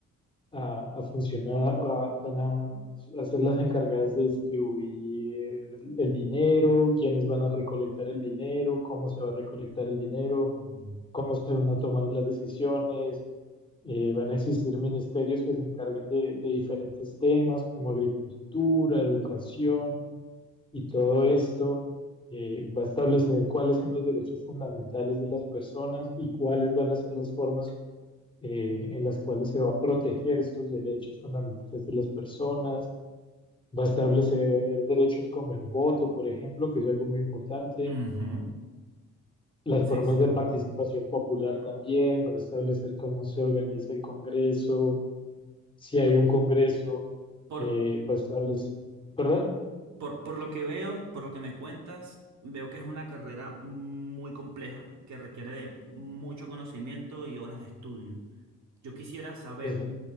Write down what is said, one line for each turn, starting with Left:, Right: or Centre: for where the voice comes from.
Left: a- a funcionar, a- van a, a ser las encargadas de distribuir el, el dinero, quiénes van a recolectar el dinero, cómo se va a recolectar el dinero,
Right: Mm.
Left: cómo se van a tomar las decisiones. Eh, van a existir ministerios que se encarguen de de diferentes temas como agricultura, educación y todo esto eh, va a establecer cuáles son los derechos fundamentales de las personas y cuáles van a ser las formas eh, en las cuales se va a proteger estos derechos fundamentales de las personas. Va a establecer derechos como el voto, por ejemplo, que es algo muy importante.
Right: Ujú,
Left: Las
Right: Sí,
Left: formas
Right: sí.
Left: de participación popular también, va a establecer cómo se organiza el Congreso, si hay un Congreso,
Right: Por,
Left: eh, va a establecer, ¿verdad?
Right: por, por lo que veo, por lo que me cuentas, veo que es una carrera muy compleja que requiere de mucho conocimiento y horas de estudio. Yo quisiera saber,
Left: Pues,